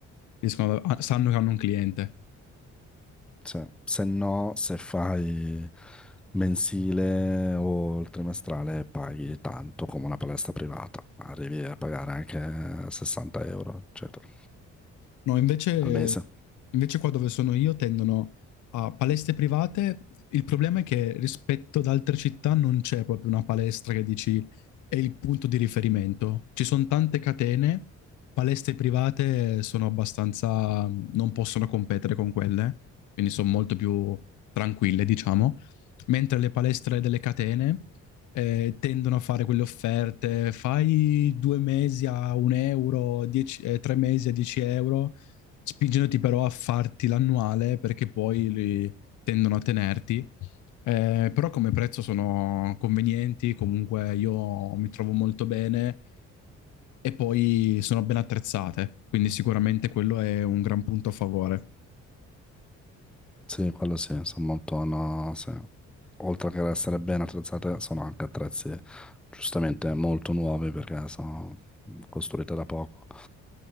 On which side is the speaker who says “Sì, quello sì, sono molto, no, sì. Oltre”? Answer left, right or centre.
Centre